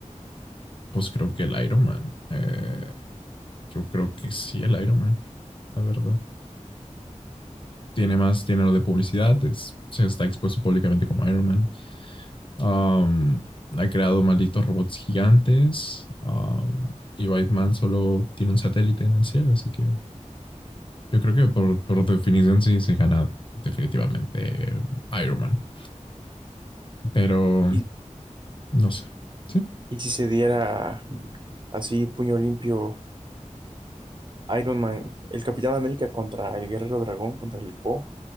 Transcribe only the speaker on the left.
pues creo que el Iron Man. Eh, yo creo que sí, el Iron Man, la verdad. Tiene más dinero de publicidad, es- se está expuesto públicamente como Iron Man. Am, ha creado malditos robots gigantes. am, y Batman solo tiene un satélite en el cielo, así que Yo creo que por, por definición sí, sí gana definitivamente Iron Man. Pero
no sé. Sí,